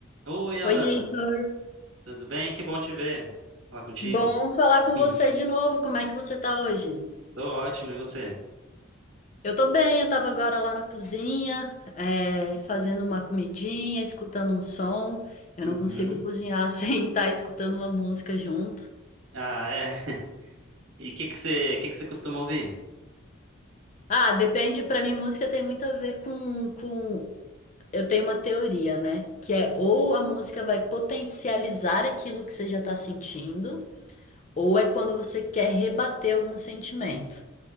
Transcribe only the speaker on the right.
Oi, Alana,
tudo bem? Que bom te ver. Falar contigo.
<laughs>
Tô ótimo, e você?
Uhum.
Ah, é. <laughs> E o que que você, que que você costuma ouvir?